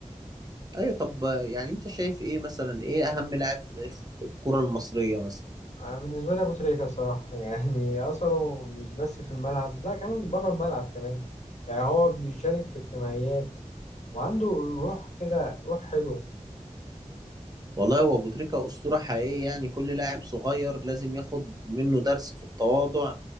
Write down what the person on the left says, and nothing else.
أنا بالنسبة لي أبو تريكة الصراحة <laughs> يعني أثره مش بس في الملعب لا كمان بره الملعب كمان يعني هو بيشارك في اجتماعيات وعنده روح كده روح حلوة